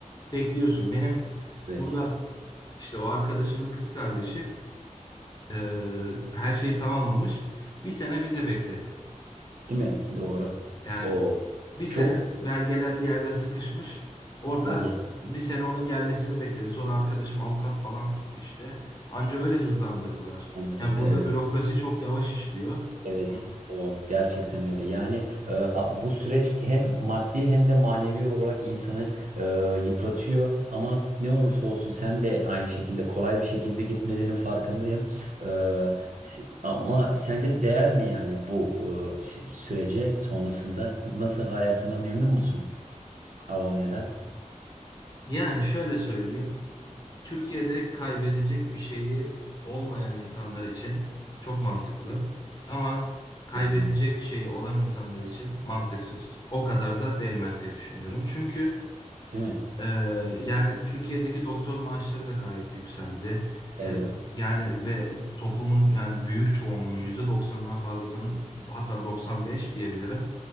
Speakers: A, on the left; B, on the right.
A: bekliyorsun. Benim
B: Evet,
A: burada işte o arkadaşımın kız kardeşi eee, her şeyi tamamlamış. Bir sene vize bekledi.
B: değil mi? Doğru.
A: Yani
B: O
A: bir sene
B: çok
A: belgeler bir yerde sıkışmış. Orada
B: hadi ya.
A: bir sene onun gelmesini bekledi. Sonra arkadaşım avukat falan tuttu işte. Anca öyle hızlandırdılar.
B: Andırıldı.
A: Yani burada
B: Evet.
A: bürokrasi çok yavaş işliyor.
B: Evet,
A: Hı.
B: doğru. Gerçekten öyle. Yani e, a- bu süreç hem maddi hem de manevi olarak insanı e, yıpratıyor. Ama ne olursa olsun sen de aynı şekilde kolay bir şekilde gitmediğinin farkındayım. E, s- ama sence değer mi yani bu e, sü- sürece sonrasında? Nasıl hayatından memnun musun Almanya'da?
A: Yani şöyle söyleyeyim. Türkiye'de kaybedecek bir şeyi olmayan insanlar için çok mantıklı ama kaybedecek
B: Kesinlikle.
A: şeyi olan insanlar için mantıksız. O kadar da değmez diye düşünüyorum. Çünkü
B: Değil mi?
A: ee, yani Türkiye'deki doktor maaşları da gayet yükseldi.
B: Evet.
A: Ee, yani ve toplumun yani büyük çoğunluğunun %90'ından fazlasının hatta 95 diyebilirim.